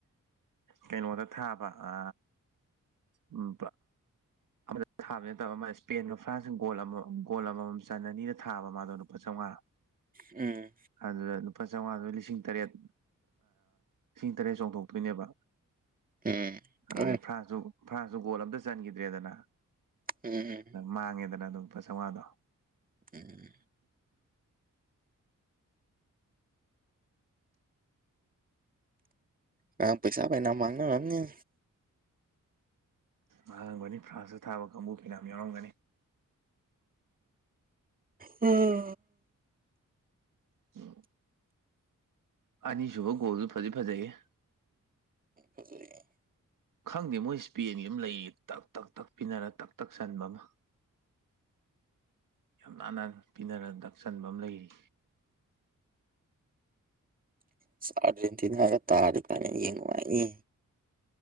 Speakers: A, on the right; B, on the right.
A: ꯀꯩꯅꯣꯗ ꯊꯥꯕ ꯑ ꯎꯝ ꯑꯃꯗ ꯊꯥꯕ ꯅꯠꯇꯕ ꯑꯃ ꯏꯁꯄꯦꯟꯒ ꯐ꯭ꯔꯥꯟꯁ ꯒꯣꯜ ꯑꯃ ꯒꯣꯜ ꯑꯃꯃꯝ ꯆꯟꯅꯅꯤ ꯊꯥꯕ ꯃꯥꯗꯣ ꯂꯨꯄꯥ ꯆꯥꯝꯃꯉꯥ
B: ꯎꯝ
A: ꯑꯗꯨꯗ ꯂꯨꯄꯥ ꯆꯥꯝꯃꯉꯥꯗꯨ ꯂꯤꯁꯤꯡ ꯇꯔꯦꯠ ꯇꯔꯦꯁ ꯆꯣꯡꯊꯣꯛꯇꯣꯏꯅꯦꯕ
B: ꯎꯝ
A: ꯑꯗꯨꯗꯩ
B: ꯎꯝ
A: ꯐ꯭ꯔꯥꯟꯁꯨ ꯐ꯭ꯔꯥꯟꯁꯇꯨ ꯒꯣꯜ ꯑꯝꯇ ꯆꯟꯈꯤꯗ꯭ꯔꯦꯗꯅ
B: ꯎꯝꯝ
A: ꯃꯥꯡꯉꯦꯗꯅ ꯑꯗꯨꯝ ꯂꯨꯄꯥ ꯆꯥꯝꯃꯉꯥꯗꯣ
B: ꯎꯝ ꯉꯥꯔꯥꯡ ꯄꯩꯁꯥ ꯐꯥꯅꯌꯥꯝ ꯃꯥꯡꯅꯔꯝꯅꯤꯌꯦ
A: ꯃꯥꯡꯉꯝꯒꯅꯤ ꯐ꯭ꯔꯥꯟꯁꯇ ꯊꯥꯕ ꯀꯥꯡꯕꯨ ꯐꯤꯅ ꯌꯥꯎꯔꯝꯒꯅꯤ
B: ꯑꯝ
A: <unintelligible> ꯑꯅꯤꯁꯨꯕ ꯒꯣꯜꯗꯨ ꯐꯗꯤ ꯐꯖꯩꯍꯦ
B: ꯎꯪ ꯐꯖꯩ <inaudible>
A: ꯈꯪꯗꯦ ꯃꯣꯏ ꯏꯁꯄꯦꯟꯒꯤ ꯑꯃ ꯂꯩꯌꯦ ꯇꯛ ꯇꯛ ꯇꯛ ꯄꯤꯅꯔ ꯇꯛ ꯇꯛ ꯆꯟꯕ ꯑꯃ ꯌꯥꯝ ꯅꯥꯟꯅ ꯄꯤꯅꯔ ꯗꯛ ꯆꯟꯕ ꯑꯃ ꯂꯩꯔꯤ
B: ꯑꯁ ꯑꯥꯔꯖꯦꯟꯇꯤꯅꯥꯒ ꯇꯥꯔꯗꯤ ꯐꯥꯏꯅꯦꯜ ꯌꯦꯡ ꯅꯨꯡꯉꯥꯏꯅꯤ